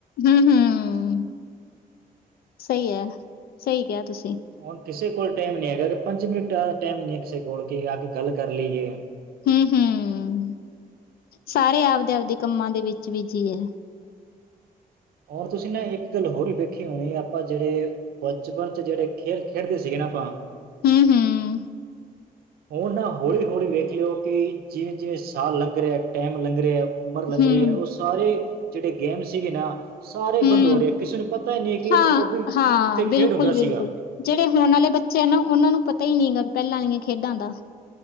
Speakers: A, on the left (about 80°); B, on the right (about 80°).
A: ਹਮ ਹਮ ਸਹੀ ਹੈ ਸਹੀ ਕਿਹਾ ਤੁਸੀਂ।
B: ਹੁਣ ਕਿਸੇ ਕੋਲ ਟੈਮ ਨੀ ਹੈਗਾ ਪੰਜ ਮਿੰਟ ਦਾ ਟੈਮ ਨਹੀਂ ਹੈ ਕਿਸੇ ਕੋਲ ਕਿ ਆ ਕੇ ਗੱਲ ਕਰ ਲਈਏ
A: ਹਮ ਹਮ ਸਾਰੇ ਆਪਦੇ ਆਪਦੇ ਕੰਮਾਂ ਦੇ ਵਿੱਚ ਬੀਜ਼ੀ ਹੈ।
B: ਹੁਣ ਤੁਸੀਂ ਨਾ ਇੱਕ ਗੱਲ ਹੋਰ ਹੀ ਵੇਖੀ ਹੋਣੀ ਆਪਾਂ ਜਿਹੜੇ ਬਚਪਨ ਚ ਜਿਹੜੇ ਖੇਲ ਖੇਡਦੇ ਸੀਗੇ ਨਾ ਆਪਾਂ
A: ਹਮ ਹਮ।
B: ਹੁਣ ਨਾ ਹੌਲੀ ਹੌਲੀ ਵੇਖ ਲਿਓ ਕਿ ਜਿਵੇਂ ਜਿਵੇਂ ਸਾਲ ਲੰਘ ਰਿਹਾ ਟੈਮ ਲੰਘ ਰਿਹਾ ਉਮਰ ਲੰਗ
A: ਹੂੰ,
B: ਰਹੀ ਹੈ ਉਹ ਸਾਰੇ ਜਿਹੜੇ ਗੇਮ ਸੀਗੇ ਨਾ ਸਾਰੇ
A: ਹੂੰ,
B: ਬੰਦ ਹੋ ਰਹੇ ਕਿਸੇ ਨੂੰ ਪਤਾ ਹੀ ਨਹੀਂ ਕਿ
A: ਹਾਂ,
B: ਉਹ ਵੀ
A: ਹਾਂ,
B: ਕਿੱਥੇ ਖੇਡ
A: ਬਿਲਕੁਲ-ਬਿਲਕੁਲ।
B: ਹੁੰਦਾ ਸੀਗਾ
A: ਜਿਹੜੇ ਹੁਣ ਵਾਲੇ ਬੱਚੇ ਆ ਨਾ ਉਹਨਾਂ ਨੂੰ ਪਤਾ ਹੀ ਨਹੀਂ ਹੈਗਾ ਪੈਲਾਂ ਦੀਆਂ ਖੇਡਾਂ ਦਾ।